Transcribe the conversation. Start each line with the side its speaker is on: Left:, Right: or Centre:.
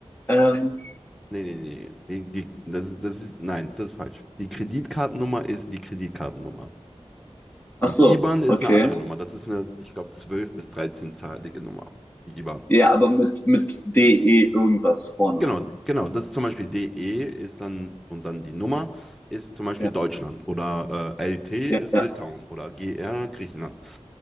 Left: Ähm,
Centre: nee, nee, nee. Die, die, das, ist- das ist, nein, das ist falsch. Die Kreditkartennummer ist die Kreditkartennummer.
Left: ach
Centre: Die
Left: so,
Centre: IBAN ist
Left: okay.
Centre: eine andere Nummer. Das ist eine, ich glaube, zwölf bis 13-zahlige Nummer. Die IBAN.
Left: Ja, aber mit, mit DE irgendwas vorne.
Centre: Genau, genau. Das ist zum Beispiel DE ist dann und dann die Nummer ist zum Beispiel
Left: Ja,
Centre: Deutschland oder äh, LT
Left: ja,
Centre: ist
Left: ja.
Centre: Litauen oder GR Griechenland.